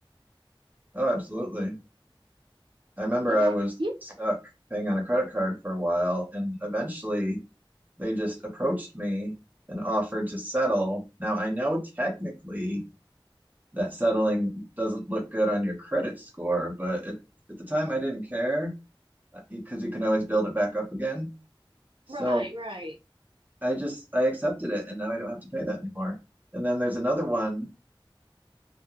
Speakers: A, on the right; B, on the right.
A: Oh, absolutely. I remember
B: Yeah,
A: I was
B: you
A: stuck paying on a credit card for a while, and eventually They just approached me and offered to settle. Now, I know technically that settling doesn't look good on your credit score, but at, at the time I didn't care because you can always build it back up again. So
B: right, right.
A: I just I accepted it, and now I don't have to pay that anymore. And then there's another one